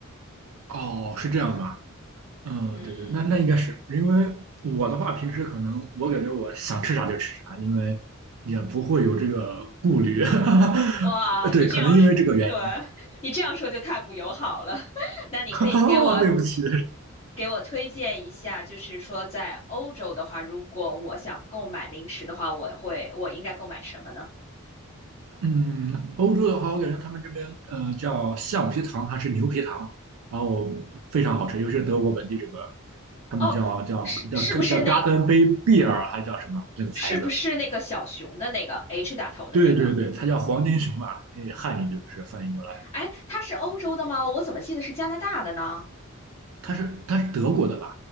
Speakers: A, on the right; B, on the left.
A: 哦，是这样吧？嗯，
B: 嗯嗯。
A: 对对，那那应该是因为我的话，平时可能我感觉我想吃啥就吃啥，因为也不会有这个顾虑。<laughs> 哈。
B: 哇，
A: 对，
B: 你这样说，
A: 可能因为这个原因。
B: 对，<laughs> 你这样说就太不友好了。<laughs> 那你可以给我
A: <laughs> 哦，对不起，
B: 给我推荐一下，就是说在欧洲的话，如果我想购买零食的话，我会我应该购买什么呢？
A: 嗯，欧洲的话，我感觉他们这边呃叫橡皮糖还是牛皮糖，然后非常好吃，尤其是德国本地这个，他们叫叫叫叫
B: 哦，是是不是那个
A: Garden Bay Beer 还是叫什么那个牌子？
B: 是不是那个小熊的那个 H 打头的那个？
A: 对对对，它叫黄金熊嘛，
B: 嗯，
A: 呃汉语就是翻译过来，
B: 哎，它是欧洲的吗？我怎么记得是加拿大的呢？
A: 它是它是德国的吧？